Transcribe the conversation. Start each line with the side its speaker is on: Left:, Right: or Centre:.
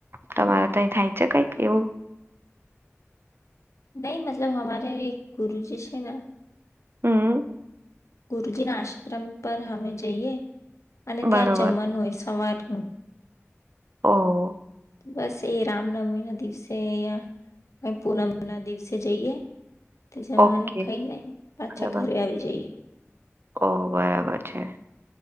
Right: તમારે ત થાય છે કઈક એવું.
Left: નહી મતલબ હમારે એક ગરુજી છે. <unintelligible>
Right: હમ
Left: ગુરુજીના આશ્રમ પર હમે જઈએ. અને
Right: બરોબર
Left: ત્યાં જ જમવાનું હોય. સવાર હા.
Right: ઓ
Left: બસ એ રામનવમી ના દિવસે અહીંયા કઈ પૂનમ ના દિવસે જઈએ. તે જમવાનું
Right: ઓકે
Left: ખાઈ નને પાછા
Right: બરાબર
Left: ઘરે આવી જઈએ.
Right: ઓ બરાબર છે.